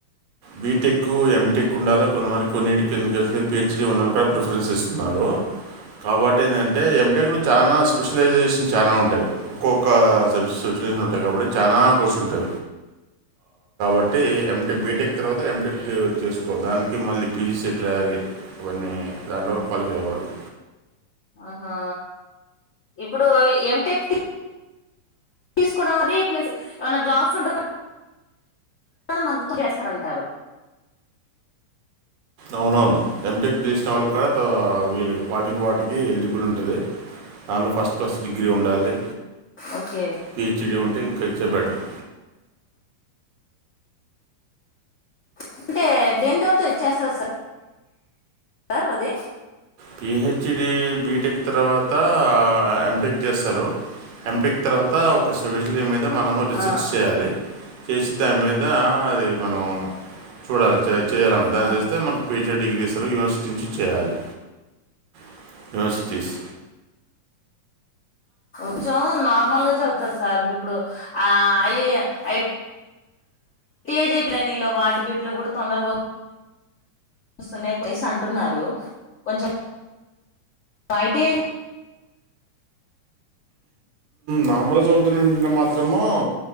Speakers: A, on the right; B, on the left.
A: బీటెక్ ఎంటెక్ ఉండాలో కొన్ని వర కొన్నిటికి ఎన్నికలకి పిహెచ్డడి ఉండలుగా ప్రిఫరెన్స్ ఇస్తున్నారు కాబట్టి ఏంటంటే ఎంటెకులు చాలా స్పెష సోషలైజేషన్ చాలా ఉంటాయి ఒక్కొక్క సోషలైషన్ ఉంటాయి కాబట్టి చాలా కోర్సులు అయితే ఎమ్ బీటెక్ తర్వాత ఎమ్టెక్ చేసుకో దానికి మళ్ళీ పీజీసీ ట్రాయాలి ఇవన్నీ దాంట్లో క్వాలిఫై అవ్వాలి
B: ఆహా ఇప్పుడు ఎంటెక్ తీసుకోడా అది ప్లేస్ ఏమైనా జాబ్స్ ఉంటా తన మద్దతు చేస్తారంటారు
A: అవునవును ఎంటీకి తీసిన వాళ్ళ కూడాడ వీళ్ళకి క్వాలిక్ వాటికి ఎలిజిబుల్ ఉంటుంది దానిలో ఫస్ట్ క్లస్ట్ డిగ్రీ ఉండాలి
B: ఓకే
A: పిహెచ్డి ఉంటే ఇంక ఇచ్చే బెటర్
B: అంటే దేని తర్త ఇచ్చేస్తా సార్ సార్ అధి
A: పిహెచ్డి బీటెక్ తర్వాత ఎంటక్ చేస్తారు ఎంటక తర్వాత ఒక స్ఫషలీ మీద మనము రీసెర్చ్
B: ఆ
A: చేయాలి చేసి దాని మీద అది మనం చూడాలి చేయాల ఉంటే దాని
B: ఆ
A: చేస్తే మకు పహెచ్ డిగ్రీ ఇస్తారు యూనివర్సిటీ నుంచి చేయాలి <unintelligible> తీస్
B: కొంచెం నార్మల్గా చదువుతారు సార్ ఇప్పుడు ఆ అఐ ఐ ఐజీ <unintelligible> ప్రలేనింగ్ లో వాటి వీటిలో కూడా తొందరగాస్తు స్తనే వయసు అంటున్నారు కొంచెం పఐటిఐ
A: నామర చదువుతున్నంటే మాత్రము